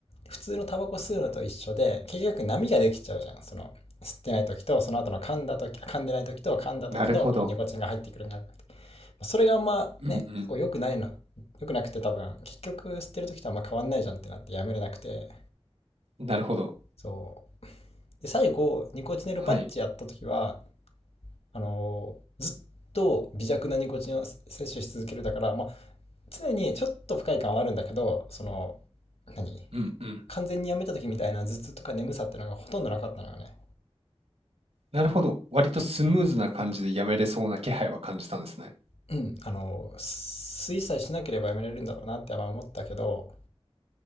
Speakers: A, on the left; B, on the right.
A: 普通のタバコ吸うのと一緒で、結局波ができちゃうじゃん。その吸ってないときと、その後の噛んだとき、噛んでないときと噛んだときのこのニコチンが入ってくるんだ
B: なるほど。
A: それがあんまね、
B: うんう
A: こう良くないの、良くなくて多分、結局吸ってるときとあんま変わんないじゃんってなってやめれなくて。
B: ん。なるほど。
A: そう。で、最後、ニコチネルパッチやったときは、
B: はい。
A: あのーずっと微弱なニコチンを摂取し続けるだから、まあ、常にちょっと不快感はあるんだけどその何
B: うんうん。
A: 完全にやめた時みたいな頭痛とか眠さっていうのがほとんどなかったのよね
B: なるほど。割とスムーズな感じでやめれそうな気配は感じたんですね。
A: うんあの水さえしなければやめられるんだろうなって思ったけど